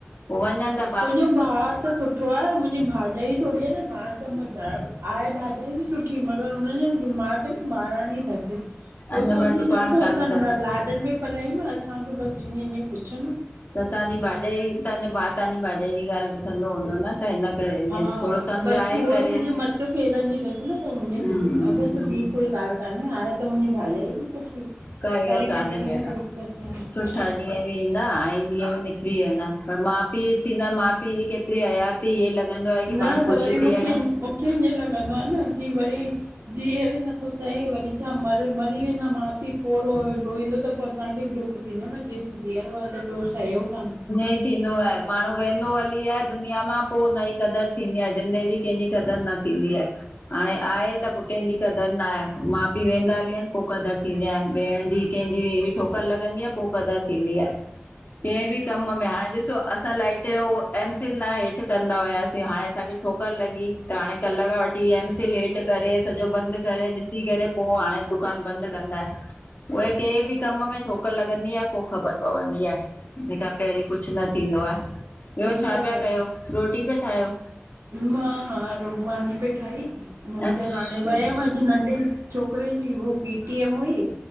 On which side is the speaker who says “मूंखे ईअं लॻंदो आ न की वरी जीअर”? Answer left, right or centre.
Right